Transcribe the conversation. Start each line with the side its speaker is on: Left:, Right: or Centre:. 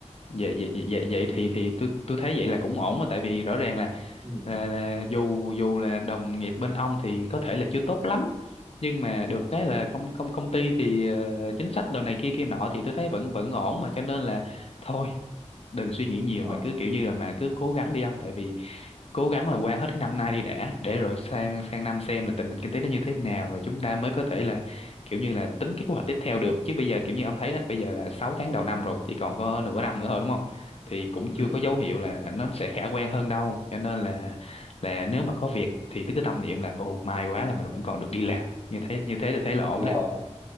Left: vậy vậy vậy, vậy thì thì tôi tôi thấy vậy là cũng ổn mà tại vì rõ ràng là
Right: ừ.
Left: là là dù dù là đồng nghiệp bên ông thì có thể là chưa tốt lắm nhưng mà được cái là công công công ty thì ờ, chính sách đồ này kia kia nọ thì tôi thấy vẫn vẫn ổn mà cho nên là thôi đừng suy nghĩ nhiều
Right: ờ
Left: mà cứ kiểu như là mà cứ cố gắng đi ông tại vì cố gắng là qua hết cái năm nay đi đã để rồi sang sang năm xem là tình hình kinh tế nó như thế nào rồi chúng ta mới có thể là kiểu như là tính cái kế hoạch tiếp theo được chứ bây giờ kiểu như ông thấy đó bây giờ là 6 tháng đầu năm rồi chỉ còn có nửa năm nữa thôi đúng không thì cũng chưa
Right: ừ.
Left: có dấu hiệu là nó sẽ khả quan hơn đâu cho nên là là nếu mà có việc thì cứ tâm niệm là ồ may quá là mình vẫn còn được đi làm như thế như thế thì thấy
Right: ừ.
Left: là ổn
Right: đúng
Left: đấy
Right: rồi